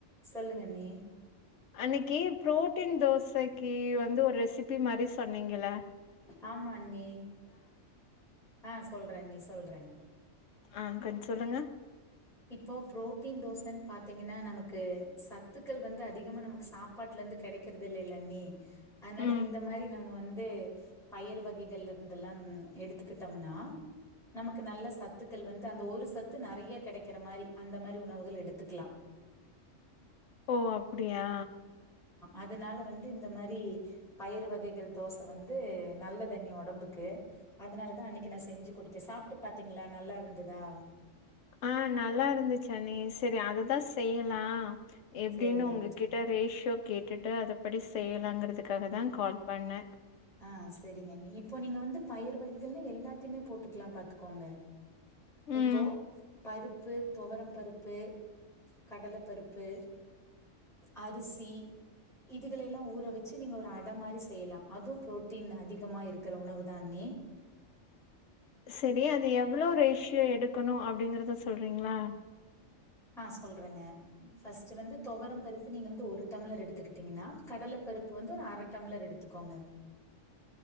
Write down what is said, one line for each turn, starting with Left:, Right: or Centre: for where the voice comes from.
Centre: சொல்லுங்க அண்ணி
Left: அன்னைக்கு புரோட்டின் தோசைக்கு வந்து ஒரு ரெசிபி மாதிரி சொன்னீங்கள
Centre: ஆமாஅண்ணி ஆஹ் சொல்றேஅண்ணி சொல்றே
Left: ஆஹ் கொஞ்சம் சொல்லுங்க
Centre: இப்போ புரோட்டீன் தோசைன்னு பாத்தீங்கன்னா நமக்கு சத்துக்கள் வந்து அதிகமா நமக்கு சாப்பாட்டுல இருந்து கிடைக்கிறது இல்லால்ல அண்ணி அதனால
Left: ம்
Centre: இந்த மாதிரி நம்ம வந்து பயர் வகைகள் இருந்துெல்லாம் எடுத்துக்கிட்டோம்னா நமக்கு நல்ல சத்துக்கள் வந்து அந்த ஒரு சத்து நிறைய கிடை கக்கிற மாதிரி அந்த மாதிரி உணவுகள் எடுத்துக்கலாம்
Left: ஓ அப்படியா
Centre: அதனால வந்து இந்த மாதிரி பயர் வகைகள் தோசை வந்து நல்ல தண்ணி உடம்புக்கு அதனாலதான் அன்னைக்கு நான் செஞ்சு கொடுத்தேன் சாப்பிட்டு பாத்தீங்களா நல்லா இருந்ததா
Left: ஆஹ் நல்லா இருந்துச்சு அண்ணி சரி அததான் செய்யலாம் ஆஹ் எப்படின்னு
Centre: செரிங்க
Left: உங்ககிட்ட
Centre: அண்ணி
Left: ரேஷோ கேட்டுட்டு அத படி செய்யலாங்கிறதுக்காக தான் கால் பண்ணேன்
Centre: ஆஹ் சரிங்கண்ணி இப்போ நீங்க வந்து பயர் வகைகள் எல்லாத்தையுமே போட்டுக்கலாம் பாத்துக்கோங்க இப்போ
Left: ம்
Centre: பருப்பு பருப்பு துவரம் பருப்பு கடலைப்பருப்பு அரிசி இதுகள எல்லாம் ஊற வச்சு நீங்க ஒரு அடை மாதிரி செய்யலாம் அதுவும் பு்ரோட்டீன் அதிகமா இருக்கிற உணவு தான் அண்ணி
Left: சரி அது எவ்வளவு ரேஷியோ எடுக்கணும் அப்படிங்கறத சொல்றீங்களா
Centre: ஆஹ் சொல்றேங்க பர்ஸ்ட் வந்து துவரம் பருப்பு நீங்க வந்து ஒரு டம்ளர் எடுத்துக்கிட்டீங்கன்னா கடலை பருப்பு வந்து ஒரு அரை டம்ளர் எடுத்துக்கோங்க